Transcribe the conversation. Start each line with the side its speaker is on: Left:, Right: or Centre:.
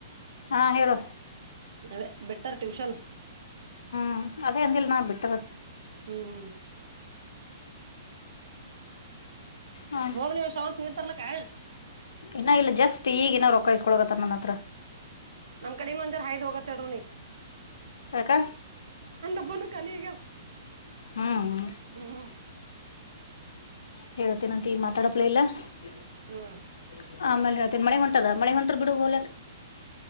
Left: ಹಾ ಹೇಳು..
Right: ಅದೇ ಬೆಟ್ಟರ್ ಟ್ಯೂಷನ್.
Left: ಹ ಅದೇ ಅಂದಿ ನಾ ಬಿಟ್ಟು.
Right: ಹ್ಮ್.
Left: ಹ
Right: ಹೋಗ್ ನೀವು ಶ್ರಮತ್ ನೀರ್ತರ್ಲಕ್ಕಿ..
Left: ಇನ್ನ ಇಲ್ಲ ಜಸ್ಟ್ ಈಗ ಇನ್ನ ರೊಕ್ಕಾಯಸ್ಕೊಳೋಗತ್ತ ನನ್ನ ಹತ್ರ..
Right: ನಮ್ ಕಡೆನ್ನು ಒಂಜರ ಹಾಯದ್ ಹೋಗತ್ತಡೂ ನೀ..
Left: ಹಕ್ಕ..
Right: ಬ್ಬನು ಕಲಿಗ..
Left: ಹ್ಮ್..
Right: ಹ್ಮ್.
Left: ಹೇಳತೇನಂತ ಈಗ ಮಾತಾಡಪ್ಲ ಇಲ್ಲ.. <unintelligible>
Right: ಹ್ಮ್
Left: ಆಮೇಲೆ ಹೇಳ್ತೇನಿ ಮಳೆ ಹೊಂಟದ ಮಳೆ ಹೊಂಟ್ರ ಬಿಡು ಹೋಲಕ್.